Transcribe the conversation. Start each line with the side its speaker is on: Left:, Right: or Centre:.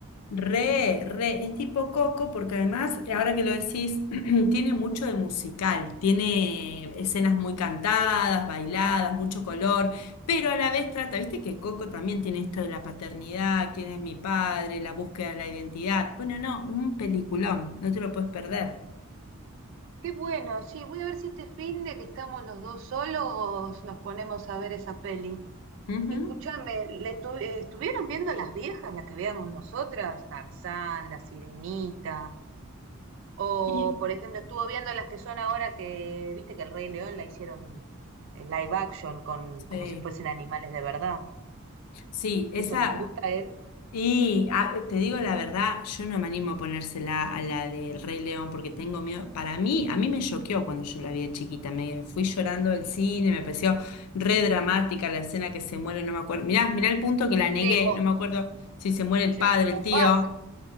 Left: Re, re, es tipo Coco porque además, ahora que lo decís, <clears throat> tiene mucho de musical, tiene escenas muy cantadas, bailadas, mucho color, pero a la vez trata, viste que Coco también tiene esto de la paternidad, quién es mi padre, la búsqueda de la identidad. Bueno, no, un peliculón, no te lo puedes perder.
Right: Qué bueno, sí, voy a ver si este fin de que estamos los dos solos nos ponemos a ver esa peli.
Left: Ujú.
Right: Y escúchame, ¿le estu- eh, estuvieron viendo las viejas, las que veamos nosotras? Tarzán, La Sirenita, o
Left: Y
Right: por ejemplo, estuvo viendo las que son ahora que, viste que el Rey León la hicieron en live action con como
Left: Sí.
Right: si fuesen animales de verdad.
Left: Sí, esa.
Right: ¿Eso le gusta a él?
Left: Y ah, te digo la verdad, yo no me animo a ponérsela a la del Rey León porque tengo miedo. Para mí, a mí me choqueó cuando yo la vi de chiquita. Me fui llorando del cine, me pareció re dramática la escena que se muere, no me acuerdo. Mirá, mirá el punto que la negué,
Right: Sí, Mu-
Left: no me acuerdo si se muere el
Right: sí,
Left: padre,
Right: Mufasa,
Left: el tío.